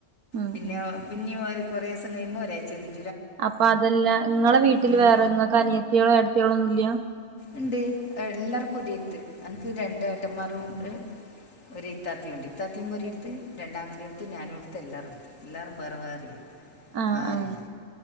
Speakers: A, on the right; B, on the left.
A: ഉം
B: പിന്നെ
A: ഉം
B: പിന്നെ ഒരു കുറേ ദിവസം കഴിയുമ്പോ ഒരാഴ്ച്ച നി
A: അപ്പൊ അതെല്ല നിങ്ങളെ വീട്ടിൽ
B: ഉം
A: വേറെ നിങ്ങക്ക് അനിയത്തിളോ എടത്തിളോ ഒന്നുല്ല
B: ഉണ്ട് എല്ലാരും പൊതിയത്ത് എനിക്ക് രണ്ട് ഏട്ടന്മാരും ഉണ്ട്. ഒരു ഇത്താത്തിം ഉണ്ട് ഇത്തത്തിയും പെരടുത്ത് രണ്ടാങ്കങ്ങലെടുത്ത് ഞാനും എടുത്ത് എല്ലാരടുത്ത് എല്ലാരും വേറെ വേറെ
A: ആ
B: ആരുല്ല
A: ആ